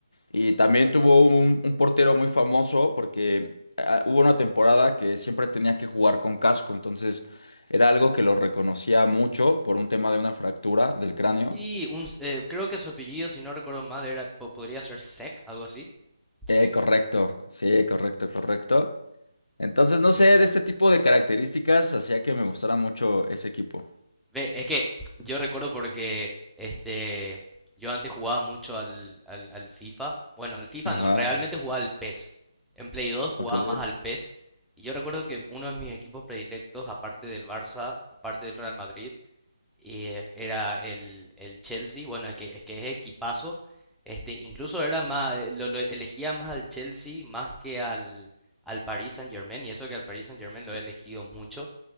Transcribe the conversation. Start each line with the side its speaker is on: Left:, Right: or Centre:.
Left: Y también tuvo un, un portero muy famoso porque ah, hubo una temporada que siempre tenía que jugar con casco, entonces era algo que lo reconocía mucho por un tema de una fractura del cráneo.
Centre: Sí, un, s- eh, creo que su apellido, si no recuerdo mal, era, po- podría ser Sek, algo así. Check.
Left: Eh, correcto, sí, correcto, correcto. Entonces, no sé,
Centre: Y...
Left: de este tipo de características hacía que me gustara mucho ese equipo.
Centre: Ve, es que yo recuerdo porque este, yo antes jugaba mucho al, al, al FIFA. Bueno, al FIFA
Left: Ajá,
Centre: no, realmente jugaba al PES. En Play 2 jugaba
Left: ok,
Centre: más al PES. Y yo recuerdo que uno de mis equipos predilectos, aparte del Barça, aparte del Real Madrid, y, eh, era el, el Chelsea, bueno, es que, es que es equipazo. Este, incluso era más, eh, lo, lo elegía más al Chelsea más que al, al Paris Saint-Germain, y eso que al Paris Saint-Germain lo he elegido mucho,